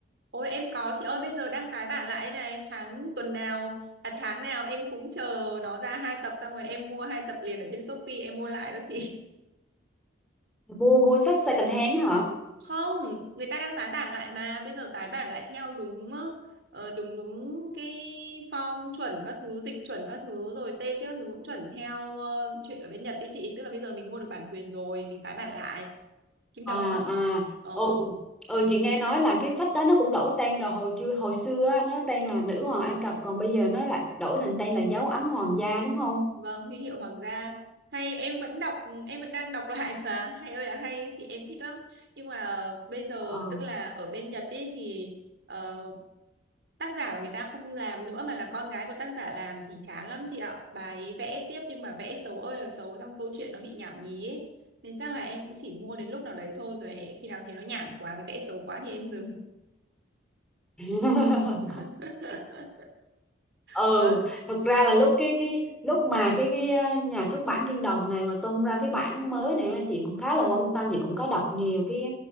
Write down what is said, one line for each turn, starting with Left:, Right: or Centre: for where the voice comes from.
Right: ôi em có chị ơi bây giờ đang tái bản lại này tháng tuần nào à tháng nào em cũng chờ nó ra hai tập xong rồi em mua hai tập liền ở trên Shopee em mua lại đó chị
Centre: mua mua sách second hand á hả
Right: không người ta đang tái bản lại mà bây giờ tái bản lại theo đúng ờ, ờ, đúng đúng cái form chuẩn các thứ dịch chuẩn các thứ rồi tên các thứ cũng chuẩn theo ờ, chuyện ở bên Nhật đi chị tức là bây giờ mình mua được bản quyền rồi mình tái bản lại Kim
Centre: à
Right: Đồng á
Centre: à
Right: ờ
Centre: ừ ừ chị nghe nói là cái sách đó nó cũng đổi tên rồi hồi chưa hồi xưa á, nó tên là Nữ hoàng Ai Cập còn bây giờ nó lại đổi thành tên là Dấu ấn hoàng gia đúng không
Right: vâng huy hiệu hoàng gia hay em vẫn đọc em vẫn đang đọc <laughs> lại mà hay ơi là hay chị em thích lắm nhưng mà bây giờ
Centre: Ờ.
Right: tức là ở bên Nhật ý thì ờ, tác giả mà người ta không làm nữa mà là con gái của tác giả làm thì chán lắm chị ạ bà ấy vẽ tiếp nhưng mà vẽ xấu ơi là xấu xong câu chuyện nó bị nhảm nhí ấy. nên chắc là em cũng chỉ mua đến lúc nào đấy thôi rồi khi nào thấy nó nhảm quá với vẽ xấu quá thì em dừng
Centre: <laughs>
Right: <laughs>
Centre: ừ
Right: ừ,
Centre: thật ra là lúc cái cái lúc mà cái, cái à, nhà xuất bản Kim Đồng này mà tung ra cái bản mới này chị cũng khá là quan tâm chị cũng có đọc nhiều cái